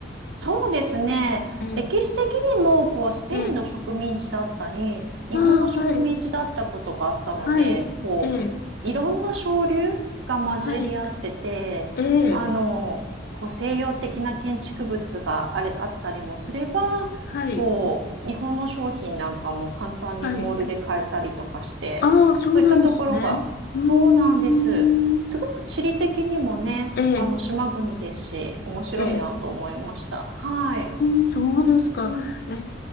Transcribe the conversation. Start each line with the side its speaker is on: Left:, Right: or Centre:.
Right: そうですね。
Left: ええ、
Right: 歴史的にも、こう、スペインの植民地だったり、
Left: ええ。
Right: 日本の植民地だったことがあったので、
Left: ああ、はい、はい、
Right: こ
Left: ええ、
Right: う、いろんな潮流が混じり合ってて、
Left: はい、ええ、
Right: あの、こう、西洋的な建築物があれ、あったりもすれば、
Left: はい、
Right: こう、日本の商品なんかも簡単にモールで買えたりとかして、
Left: はい。ああ、そうなんですね。
Right: そういったところが、
Left: うーん、
Right: そうなんです。すごく地理的にもね、
Left: ええ、
Right: あの、島国ですし、面白いなと思いました。
Left: ええ。う
Right: はい。
Left: ーん、そうですか。
Right: うん。
Left: えっ